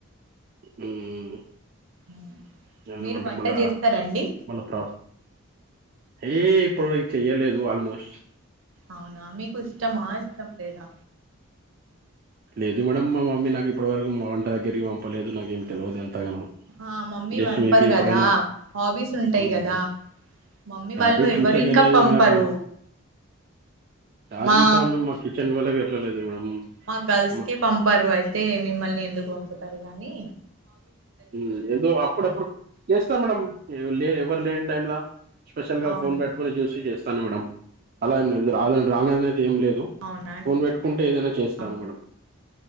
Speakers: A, on the right (about 45°); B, on the right (about 65°).
A: ఉమ్
B: ఉమ్.
A: ఎందుకంటే
B: మీరు వంట
A: బళ్ళా
B: చేస్తారండి
A: మళ్ళా ప్రాబ్ ఏ ఇప్పుడు చెయ్యలేదు ఆల్ మోస్ట్
B: అవునా మీకు ఇష్టమా ఇష్టం లేదా
A: లేదు మేడంమ్ మా మమ్మీ నాకు ఇప్పటివరకు మా వంట దగ్గరికి పంపలేదు నాకేమి తెలివదు అం తగనమ్
B: ఆ మమ్మీ
A: జస్ట్
B: పంపరు
A: మేబి ఎప్పుడైనా
B: కదా హాబీస్ ఉంటాయి
A: ఉమ్మ్
B: కదా మమ్మీ
A: ట్యాబిట్స్
B: వాళ్ళు ఎవరు
A: ఉంచాయి
B: ఇంకా
A: కానీ అది
B: పంపరు
A: మనకు అంతా
B: మా
A: మేమ్ మా కిచన్ వల ఎ ఎప్పుడు ఎల్ లేద్ <unintelligible> మేడం
B: మా గల్ స్కె
A: మ-
B: పంపారు అయితే మిమ్మల్ని ఎందుక్ పంపుతారు గానీ
A: ఉమ్ ఎదో అప్పుడప్పుడు చేస్తా మేడం ఎవల్ లేని ఎవరు లేని టైంలా స్పెషల్ గా
B: అవునా
A: ఫోన్ పెట్టుకోని చూసి చేస్తాను మేడం అలా ఏం లేదు రాద్ రాన్ అని ఏం లేదు
B: అవునా
A: ఫోన్ పెట్టుకుంటే ఏదైనా చేస్తాను
B: ఆ,
A: మేడం